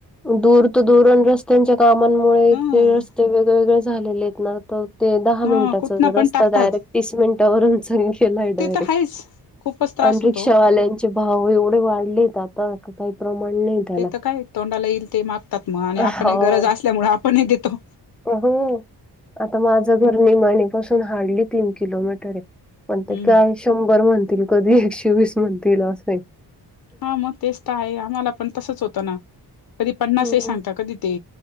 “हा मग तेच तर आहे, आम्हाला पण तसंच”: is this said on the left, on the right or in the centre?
Left